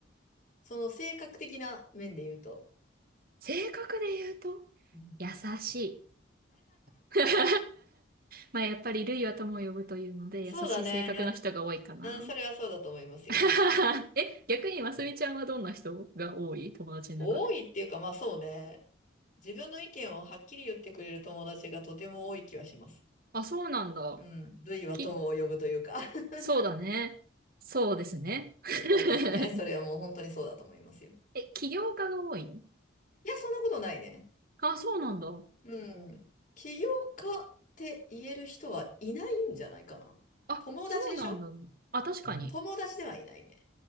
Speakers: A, on the left (about 40°); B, on the right (about 50°).
A: その性格的な面で言うと。
B: 性格で言うと、
A: うん。
B: 優しい。<laughs> まあやっぱりルイは友を呼ぶというので優しい性格の人が多いかな。
A: そうだね。いやうん、それはそうだと思いますよ。
B: <laughs> え、逆にますみちゃんはどんな人が多い友達の中で。
A: 多いっていうか、まあそうね。自分の意見をはっきり言ってくれる友達がとても多い気はします。
B: あ、そうなんだ。
A: うん。類は友を呼ぶというか
B: き、
A: <laughs>
B: そうだね。そうですね。<laughs>
A: そうですね。それはもう本当にそうだと思いますよ。
B: え、起業家が多いの
A: いや、そんなことないね。
B: あ、そうなんだ。
A: うん。起業家って言える人はいないんじゃないかな。
B: あ、
A: 友達でしょ
B: そうなんだ。あ、確かに。
A: 友達ではいないね。